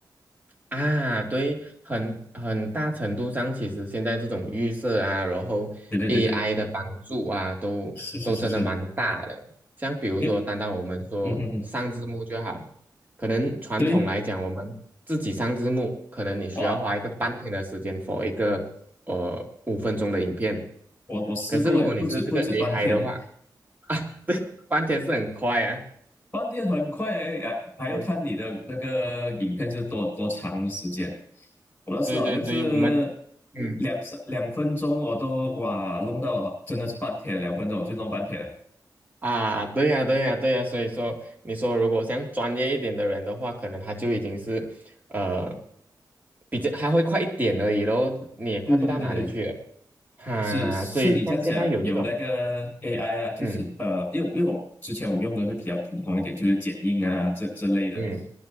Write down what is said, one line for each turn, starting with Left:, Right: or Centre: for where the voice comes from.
Right: 啊，对，很很大程度上，其实现在这种预设啊，然后
Left: 对对对对，
Right: AI 的帮助啊，都都真的蛮大的。
Left: 是是是是，
Right: 像比如说，
Left: 诶，
Right: 单单我们说上字幕就好，
Left: 嗯嗯嗯，
Right: 可能传统来讲，
Left: 对。
Right: 我们自己上字幕，可能你需要花一个半天的时间
Left: 哇，
Right: for 一个呃五分钟的影片。
Left: 我我试过诶，
Right: 可是如果你是这个
Left: 不止不止半天呢，
Right: AI 的话，<laughs> 啊，对，半天是很快啊。
Left: 半天很快诶，还还要看你的那个影片是多多长时间。
Right: 对
Left: 我那次好像是
Right: 对对对，我们嗯。
Left: 两三两分钟，我都哇弄到真的是半天，两分钟我就弄半天了
Right: 啊，对呀，对呀，对呀，所以说，你说如果像专业一点的人的话，可能他就已经是，呃，比较还会快一点而已咯，你也快不到哪里去了，
Left: 对对对对对。
Right: 哈、
Left: 是是你这样讲，
Right: 所以像现在有这种，
Left: 有那个 AI 啊，就是呃，
Right: 嗯
Left: 因为因为我之前我用的会比较普通一点，就是剪映啊这之类的，
Right: 嗯